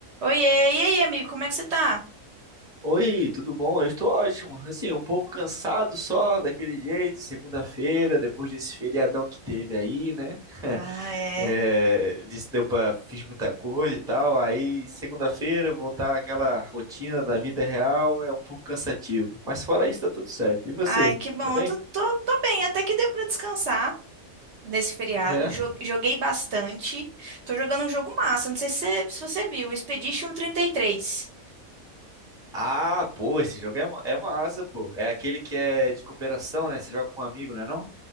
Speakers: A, on the right; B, in the centre.
A: Oiê, e aí, amigo, como é que você tá?
B: Oi, tudo bom? Eu estou ótimo. Assim, um pouco cansado só daquele jeito, segunda-feira, depois desse feriadão que teve aí, né?
A: Ah, é.
B: É, disse, deu pra, fiz muita coisa e tal. Aí, segunda-feira, voltar àquela rotina da vida real é um pouco cansativo. Mas fora isso, tá tudo certo. E você?
A: Ai, que bom.
B: Tá bem?
A: Eu tô, tô, tô bem, até que deu pra descansar nesse feriado.
B: É.
A: Jo- Joguei bastante. Tô jogando um jogo massa, não sei se você, se você viu, Expedition trinta e três.
B: Ah, pô, esse jogo é, ma- é massa, pô. É aquele que é de cooperação, né? Você joga com um amigo, não é não?